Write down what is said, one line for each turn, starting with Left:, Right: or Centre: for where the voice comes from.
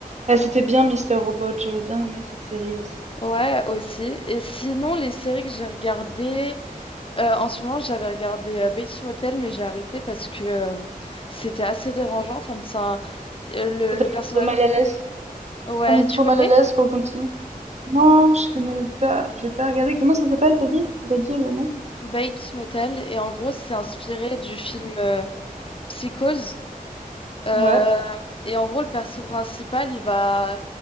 Right: Ah, c'était bien, Mister Robot. J'avais bien aimé cette série aussi.
Left: Ouais, aussi. Et sinon, les séries que j'ai regardées... euh, en ce moment, j'avais regardé euh, Bates Motel, mais j'ai arrêté parce que euh, c'était assez dérangeant. Enfin, c'est un- euh, le,
Right: Ça t'a
Left: le
Right: mis
Left: personnage...
Right: trop mal à l'aise.
Left: Ouais,
Right: T'as mis
Left: tu
Right: trop
Left: connais?
Right: mal à l'aise pour continuer? Non, je connais pas. J'ai pas regardé. Comment ça s'appelle, t'as dit? Redis le nom.
Left: Bates Motel. Et en gros, c'est inspiré du film euh, Psychose. Euh,
Right: Ouais.
Left: et en gros, le perso principal, il va.